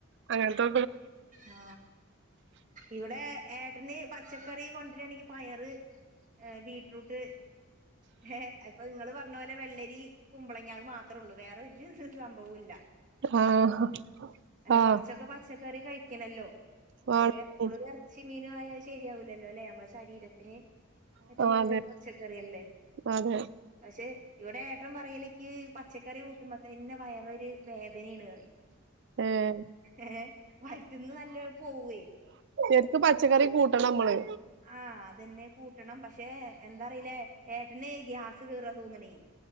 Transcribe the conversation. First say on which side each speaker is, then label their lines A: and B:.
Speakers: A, on the right; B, on the right.
A: അങ്ങൻ തോ
B: ആ ഇവിടെ ഏ ട്ടന് പച്ചക്കറി കൊണ്ടരാണെങ്കി പയറ് ഏ ബീട്റൂട്ട് എ അപ്പൊ നിങ്ങള് പറഞ്ഞ പോലെ വെല്ലരി കുമ്പളങ്ങ അത് മാത്രം ത്രള്ളൂ വേറ സംഭവല്ല
A: ആഹ്
B: അല്ല
A: ആഹ്
B: കുറച്ചൊക്കെ പച്ചക്കറി കഴിക്കണല്ലോ നമ്മള്
A: ആഹ്
B: എുപ്പളൊരു റച്ചീമീ യ ശരിയാവില്ലല്ലോ അല്ലേ നമ്മളുടെ ശരീരത്തിന് തറ്റും നല്ലത്
A: അതെ
B: പച്ചക്കറിയല്ലേ
A: അതെ
B: റ്റെ ഇവിടെ ഏട്ടൻ പറയല് എനിക്ക് പച്ചക്കറി കൂട്ടുമ്പോ തന്നെ വയറൊരു വേദനണേന്ന് പറയും
A: ഏഹ്
B: ഏഹ് വയറ്റീന്ന് നല്ല പോവേ
A: ശരിക്ക് പച്ചക്കറി കൂട്ടണം നമ്മള്
B: ആ അതെന്നെ കൂട്ടണം പക്ഷെ എന്താറിയില്ലേ? ചേട്ടനെ ഗ്യാസ് കേറന്ന് തോന്നണേ